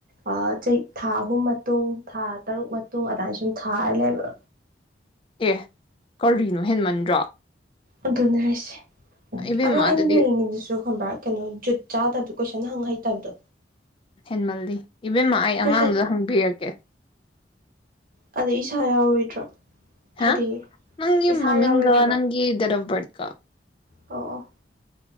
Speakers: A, on the right; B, on the left.
A: ꯑꯥ ꯆꯍꯤ ꯊꯥ ꯑꯍꯨꯝ ꯃꯇꯨꯡ ꯊꯥ ꯇꯔꯨꯛ ꯃꯇꯨꯡ ꯑꯗꯥꯏ ꯁꯨꯝ ꯊꯥꯔ ꯂꯩꯕ
B: ꯑꯦ ꯀꯔꯤꯅꯣ ꯍꯦꯟꯃꯟꯗ꯭ꯔꯣ
A: ꯑꯗꯨꯅꯦ ꯍꯥꯏꯁꯦ
B: ꯏꯕꯦꯝꯃ
A: ꯑꯗꯣ ꯑꯩꯅ
B: ꯑꯗꯨꯗꯤ
A: ꯌꯦꯡꯉꯤꯗꯨꯁꯨ ꯑꯗꯣ ꯈꯪꯕ꯭ꯔꯥ ꯀꯩꯅꯣ ꯖꯨꯠ ꯆꯥꯗꯕꯗꯣ ꯀꯣꯏꯁꯟ ꯍꯪ ꯍꯩꯇꯕꯗꯣ
B: ꯍꯦꯟꯃꯜꯂꯤ ꯏꯕꯦꯝꯃ ꯑꯩ
A: ꯀꯣꯏꯁꯟ
B: ꯑꯉꯥꯡ ꯑꯃꯗ ꯍꯪꯕꯤꯔꯛꯀꯦ
A: ꯑꯗ ꯏꯁꯥ ꯌꯥꯎꯔꯣꯏꯗ꯭ꯔꯣ
B: ꯍꯥ
A: ꯍꯥꯏꯗꯤ
B: ꯅꯪ
A: ꯏꯁꯥ
B: ꯃꯃꯤꯡꯒ
A: ꯌꯥꯎꯔꯣꯏꯗ꯭ꯔꯕ
B: ꯅꯪꯒꯤ ꯗꯦꯠ ꯑꯣꯐ ꯕꯥꯔꯠ ꯀ
A: ꯑꯣ ꯑꯣ